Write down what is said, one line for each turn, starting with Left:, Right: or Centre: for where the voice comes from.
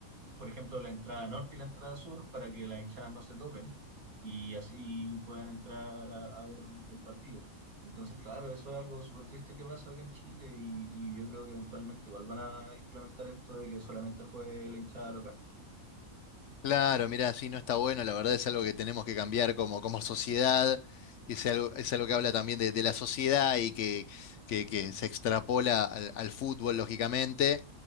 Right: por ejemplo, la entrada norte y la entrada sur para que las hinchadas no se topen y así puedan entrar a, a ver el partido. Entonces, claro, eso es algo súper triste que pasa acá en Chile y, y yo creo que eventualmente igual van a implementar esto de que solamente juegue la hinchada local.
Left: Claro, mirá, sí, no está bueno, la verdad es algo que tenemos que cambiar como, como sociedad, es algo, es algo que habla también de, de la sociedad y que, que-
Right: Sí,
Left: que se extrapola al, al fútbol, lógicamente.